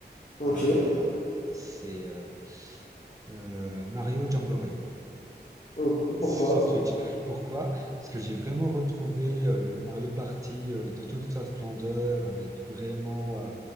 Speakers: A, on the left; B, on the right.
A: Ok.
B: Euh, c'est euh, euh, Mario Jamboree.
A: Ok, Pourquoi?
B: sur Switch. Pourquoi? Parce que j'ai vraiment retrouvé euh, le Mario Party euh, dans toute sa splendeur, avec vraiment euh,